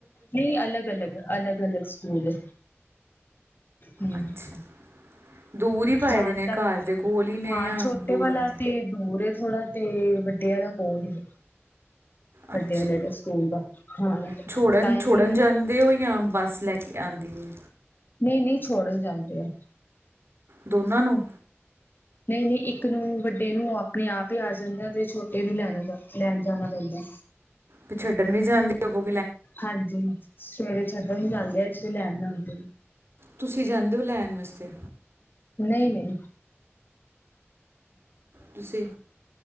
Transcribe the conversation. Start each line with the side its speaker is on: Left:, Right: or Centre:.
Left: ਨਹੀਂ ਅਲੱਗ -ਅਲਗ ਅਲੱਗ -ਅਲਗ ਸਕੂਲ ਏ। ਹੂੰ
Right: ਅੱਛਾ ਦੂਰ ਹੀ ਪਾਏ
Left: ਜਾਣ
Right: ਦੇ ਨੇ
Left: ਦਾ,
Right: ਘਰ ਦੇ ਕੋਲ ਹੀ ਨੇ
Left: ਹਾਂ
Right: ਜਾਂ
Left: ਛੋਟੇ
Right: ਦੂਰ
Left: ਵਾਲਾ
Right: ਨੇ
Left: ਤੇ ਦੂਰ ਏ। ਥੋੜਾ ਤੇ ਵੱਡੇ ਆਲਾ ਕੋਲ ਈ। ਵੱਡਿਆਂ
Right: ਅੱਛਾ
Left: ਨੇੜੇ ਸਕੂਲ ਦਾ <unintelligible>
Right: ਛੋੜਨ
Left: ਟਾਈਮਿੰਗ
Right: ਛੋੜਨ ਜਾਂਦੇ ਹੋ? ਜਾਂ ਬੱਸ ਲੈ ਕੇ ਆਂਦੀ ਏ?
Left: ਨਹੀਂ ਨਹੀਂ ਛੋੜਨ ਜਾਂਦੇ ਆ।
Right: ਦੋਨਾਂ ਨੂੰ?
Left: ਨਹੀਂ ਨਹੀਂ ਇੱਕ ਨੂੰ ਵੱਡੇ ਨੂੰ ਆਪਣੇ ਆਪ ਹੀ ਆ ਜਾਂਦਾ ਤੇ ਛੋਟੇ ਨੂੰ ਲੈਣ ਜਾਣਾ ਪੈਂਦਾ।
Right: ਤੇ ਛੱਡਣ ਵੀ ਜਾਂਦੇ ਹੋ
Left: ਹਾਂਜੀ ਸਵੇਰੇ ਜਦੋ ਵੀ ਜਾਂਦੇ ਆ, <unintelligible> ਲੈਣ ਜਾੰੰਦੇ ਹੋ।
Right: ਤੁਸੀਂ ਜਾਂਦੇ ਹੋ ਲੈਣ ਵਸਤੇ।
Left: ਨਹੀਂ ਨਹੀਂ
Right: ਤੁਸੀਂ